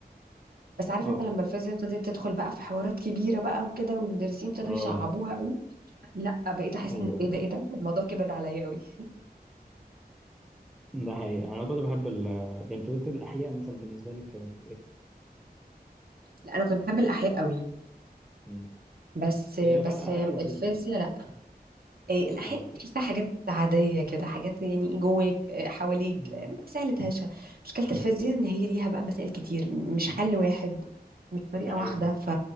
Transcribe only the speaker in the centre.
اه
اه
ايوه
ده حقيقي انا كنت بحب ال يعني تلاتة الاحياء مثلا بالنسبه لي كانت
ايه؟
هي
الفرق
حقيقة لطيفة
اه الف...
مم.
ده حقيقة
اه